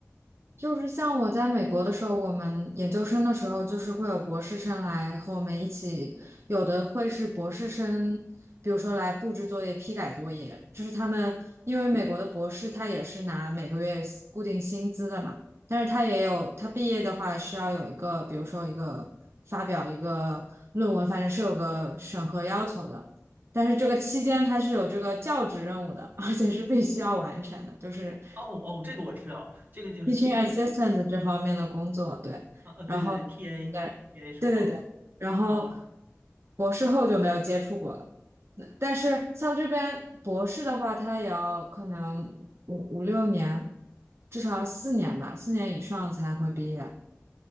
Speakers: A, on the right; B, on the right.
A: 就是像我在美国的时候，我们研究生的时候，就是会有博士生来和我们一起，有的会是博士生，比如说来布置作业、批改作业，就是他们因为美国的博士他也是拿每个月固定薪资的嘛，但是他也有他毕业的话是要有一个，比如说一个发表一个论文，反正是有个审核要求的，但是这个期间他是有这个教职任务的，而且是必须要完成的，就是。
B: 哦哦，这个我知道，这个就是
A: teaching assistant
B: T
A: 这方面的工作，对，
B: 啊呃对对对
A: 然后
B: TA
A: 对，
B: TA 什么啊？
A: 对对对，然后
B: 哦，
A: 博士后就没有接触过了。但是像这边博士的话，他也要可能五五六年，至少要四年吧，四年以上才会毕业。